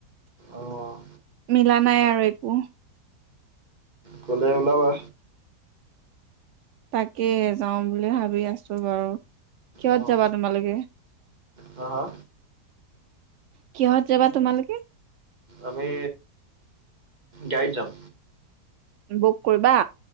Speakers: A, on the right; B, on the right.
A: অ'
B: মিলা নাই আৰু একো।
A: গ'লে ওলাবা।
B: তাকে যাওঁ বুলি ভাবি আছো বাৰু কিহ'ত
A: অ'
B: যাবা তোমালোকে?
A: হা হা।
B: কিহত যাবা তোমালোকে?
A: আমি গাড়ীত যাম।
B: বুক কৰিবা?